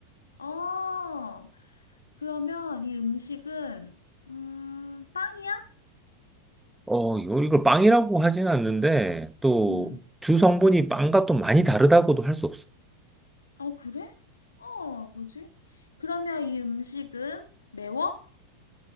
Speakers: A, on the left; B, in the centre.
A: 어, 그러면 이 음식은, 음, 빵이야?
B: 어, 이거- 이걸 빵이라고 하진 않는데, 또,
A: 응.
B: 주 성분이 빵과 또 많이 다르다고도 할 수 없어.
A: 어, 그래? 어, 뭐지? 그러면 이 음식은 매워?